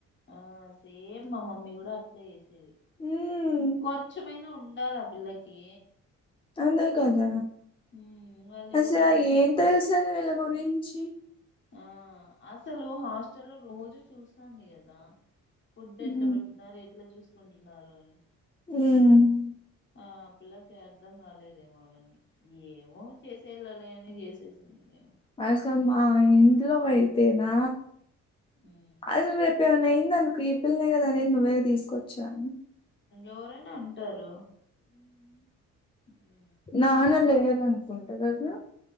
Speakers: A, on the left (about 40°); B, on the left (about 20°).
A: ఆ సేమ్ మా మమ్మీ కూడా అట్లే చేసేది
B: ఉమ్
A: కొంచమైనా ఉండాల. పిల్లకి
B: అంతే కదా
A: ఉమ్, వాళ్ళు
B: అసలు
A: ఎవరో అడిగి
B: ఏం తెలుసు అని వీళ్ళకు గురించి
A: ఆ అసలు హాస్టల్ లో రోజూ చూస్తాంది కదా. ఫుడ్
B: ఉమ్
A: ఎట్లా పెడుతున్నారు ఎట్లా చూసుకుంటున్నారు అని
B: మ్
A: ఆ పిల్లలకి అర్థం కాలేదేమో అవన్నీ ఏమో చేసే చేసేయళ్ల లే అని అని చేసేసిందేమో మరి
B: అసలు మా ఇంట్లో అయితేనా
A: ఉమ్.
B: అసలు రేపుమన్నా అయితే అయ్యింది అనుకో ఈ పిల్లనే కదా అనేది నువ్వే తీసుకొచ్చావని
A: ఎవరైనా అంటారు. ఉమ్.
B: నాన్న లేరునుకుంటే కదా?